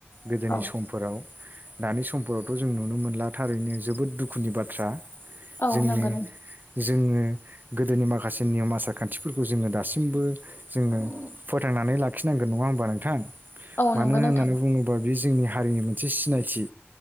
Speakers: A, on the right; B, on the left.
A: गोदोनि
B: औ
A: समफोराव। दानि समफोरावथ' जों नुनो मोनला थारैनो जोबोद दुखुनि बाथ्रा
B: औ
A: जोंनि
B: नंगौ नों
A: जोङो गोदोनि माखासे नियम आसार खान्थिफोरखौ जोङो दासिमबो जोङो फोथां नानै लाखिनांगोन नङा होमबा नोंथां।
B: औ
A: मानो
B: नंगौ नोंथां
A: होननानै बुङोबा बेयो जोंनि हारिनि मोनसे सिनायथि